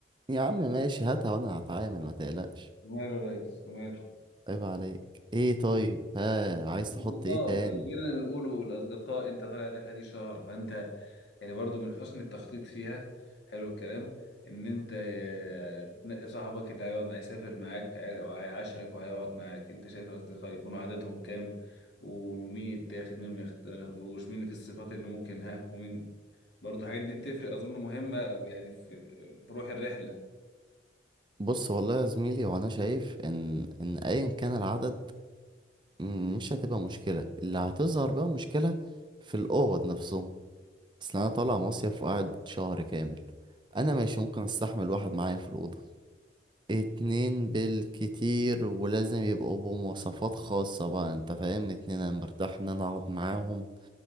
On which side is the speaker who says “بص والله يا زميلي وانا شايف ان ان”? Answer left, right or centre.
Right